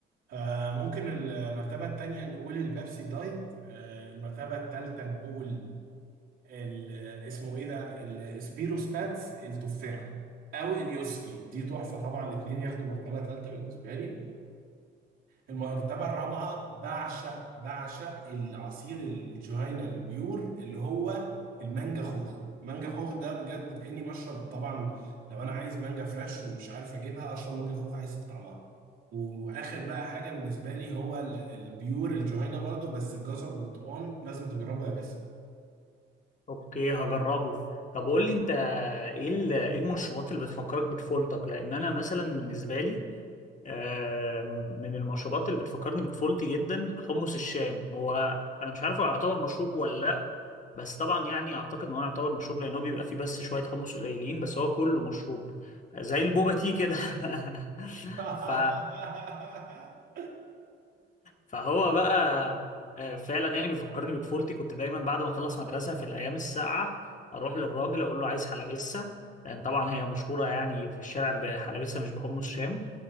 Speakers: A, on the right; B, on the left.
A: آه ممكن المرتبه الثانيه نقول البيبسي دايت آه المرتبه الثالثه نقول ال- اسمه ايه ده السبيروس باتس التفاح او اليوسفي دي تحفه طبعا الاثنين ياخدوا مرتبه ثالثه بالنسبه لي المرتبه الرابعه بعشق بعشق العصير الجهينه البيور اللي هو المانجا خوخ مانجا خوخ ده بجد كاني بشرب طبعا لو انا عايز مانجا فريش ومش عارف اجيبها اشرب مانجا خوخ احس بطعمها واخر بقى حاجه بالنسبه لي هو ال- البيور الجهينه برضو بس الجزر برتقال لازم تجربه يا باسم
B: اوكي هجربه طب قول لي انت ايه ال- إيه المشروبات اللي بتفكرك بطفولتك لان انا مثلا بالنسبه لي آم، من المشروبات اللي بتفكرني بطفولتي جدا حمص الشام هو انا مش عارف هو يعتبر مشروب ولا لا بس طبعا يعني اعتقد ان هو يعتبر مشروب لان هو بيبقى فيه بس شويه حمص قليلين بس هو كله مشروب زي البوبا تي كده <laughs>
A: <laughs>
B: ف فهو بقى آه، فعلا يعني بيفكرني بطفولتي كنت دايما بعد ما اخلص مدرسه في الايام الساقعه اروح للراجل اقول له عايز حلبسه لان طبعا هي مشهوره يعني في الشارع بحلبسه مش بحمص شام